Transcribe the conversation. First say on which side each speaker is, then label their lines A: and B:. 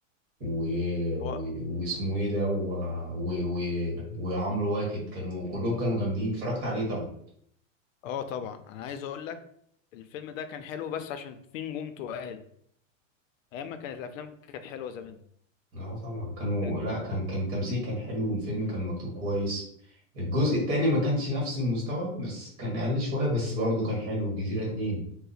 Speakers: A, on the right; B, on the left.
A: و... و...
B: هو
A: واسمه ايه ده و... و... و... وعمرو واكد كانوا كلهم كانوا جامدين اتفرجت عليه طبعا
B: أه طبعا أنا عايز أقول لك الفيلم ده كان حلو بس عشان في نجوم تقال أيام ما كانت الأفلام كانت حلوة زمان
A: اه طبعا كانوا
B: كانت-
A: لا كان كان التمثيل كان حلو والفيلم كان مكتوب كويس الجزء التاني ما كانش نفس المستوى بس كان اقل شوية بس برضه كان حلو الجزيرة اتنين